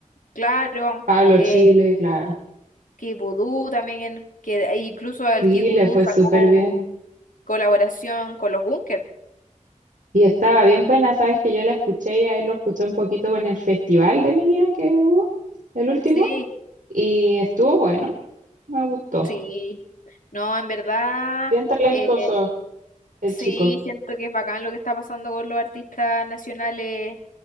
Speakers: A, on the left (about 80°); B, on the right (about 80°).
A: claro,
B: Pablo
A: eh,
B: Chile, claro.
A: Kid Voodoo también, que incluso el
B: Sí,
A: Kid Voodoo
B: le fue
A: sacó
B: súper bien.
A: colaboración con los Bunkers,
B: Y estaba bien buena, sabes que yo la escuché y a él lo escuché un poquito en el festival de Viña que hubo, el último,
A: sí,
B: y estuvo bueno, me gustó.
A: sí, no, en verdad,
B: Bien talentoso
A: eh,
B: el
A: Sí,
B: chico.
A: siento que es bacán lo que está pasando con los artistas nacionales,